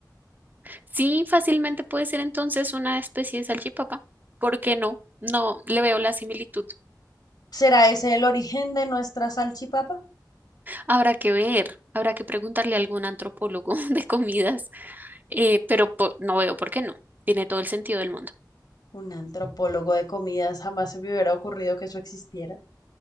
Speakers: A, on the right (about 25°); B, on the left (about 65°).
A: Sí, fácilmente puede ser entonces una especie de salchipapa. ¿Por qué no? No le veo la similitud.
B: ¿Será ese el origen de nuestra salchipapa?
A: Habrá que ver, habrá que preguntarle a algún antropólogo <laughs> de comidas, eh, pero po- no veo por qué no. Tiene todo el sentido del mundo.
B: Un antropólogo de comidas jamás se me hubiera ocurrido que eso existiera.